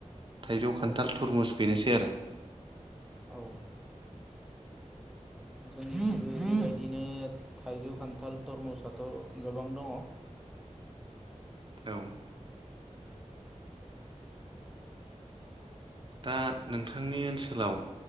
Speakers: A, on the right; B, in the centre.
A: थाइजौ खान्थाल
B: औ
A: थुरमुस बेनोसै आरो
B: औ जोंनिथिंबो बेबायदिनो थाइजौ खान्थाल थरमुसाथ' गोबां दङ
A: औ दा नोंथांनि ओनसोलाव